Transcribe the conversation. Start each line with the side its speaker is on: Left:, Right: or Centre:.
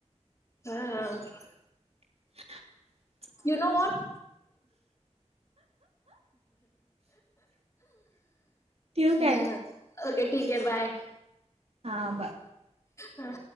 Left: हा हा.
Right: <inaudible>
Left: युनो वाट.
Right: ठेवू
Left: हा.
Right: काय?
Left: ओके ठीक आहे बाय.
Right: हां बाय
Left: हा.